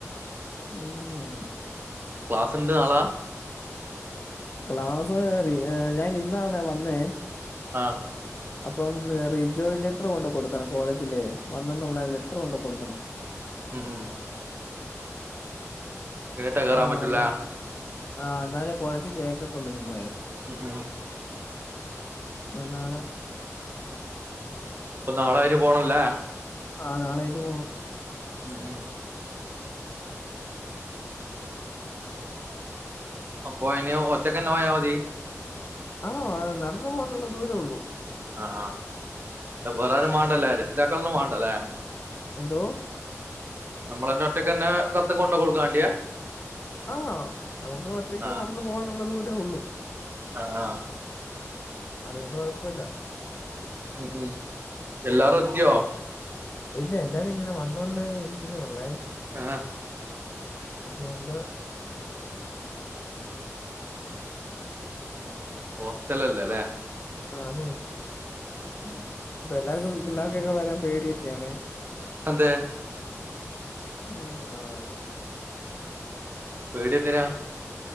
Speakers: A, on the left; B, on the right.
A: <unintelligible>
B: ക്ലാസ്സ്ണ്ട് നാളാ
A: ക്ലാസ് റിയ ഞാനിന്നാണ് വന്നേ
B: ആഹ്
A: അപ്പം റിജോയി ലെറ്റർ കൊണ്ട് കൊടുക്കണം കോളേജിലേ വന്നെന്നുള്ള ലെറ്റർ കൊണ്ട് കൊടുക്കണം
B: ഉംഹ് ഉംഹ് എന്നിട്ടാ കേറാൻ
A: ആ
B: പറ്റൂല്ല
A: എന്നാ ആ ന്നാലേ കോളേജ് കേറ്റത്തുള്ളൂ നി ങ്ങളെ
B: <unintelligible>
A: അതാണ്
B: ഇപ്പൊ നാളെ അയിന് പോകണല്ലേ
A: ആഹ്‌ നാള അയിന് പോണം
B: ഉംഹ് ഉംഹ് അപ്പൊ ഇനിയൊ ഒറ്റക്കന്നെ പോയാ മതി?
A: ആഹ്‌ നടന്നു പോവാനുള്ള ദൂരേയൊള്ളൂ
B: ആഹ്‌ ആ അപ്പ വേറാരും വേണ്ടല്ലേ?
A: അ-
B: രക്ഷിതാക്കളൊന്നും വാണ്ടല്ലേ?
A: എന്തോ?
B: നമ്മളന്നെ ഒറ്റയ്ക്കന്നെ കത്ത് കൊണ്ടോ കൊടുക്കാ വാണ്ടിയെ?
A: ആഹ്‌ നമുക്ക് ഒറ്റയ്ക്ക്
B: ആ
A: നടന്നു പോകാനുള്ള ദൂരെയൊള്ളു
B: ആ ആ
A: അതുകൊണ്ട് കൊഴപ്പവില്ല
B: ഉംഹ് ഉംഹ് എല്ലാറും എത്തിയോ?
A: ഇല്ല എല്ലാരുയിങ്ങനെ വന്നോണ്ടേ ഇരിക്കുന്നെ ഒള്ളേ
B: ആഹ്‌
A: അതുകൊണ്ട്
B: ഹോസ്റ്റലല്ലേ ലേ?
A: ആഹ്‌ അതെ
B: ഉം
A: അപ്പെല്ലാർക്കും പിള്ളേർക്കൊക്കെ വരാൻ പേടിയൊക്കെയാണെ
B: അതെ
A: ആഹ് ആഹ്
B: പേടിയെന്തിനാ?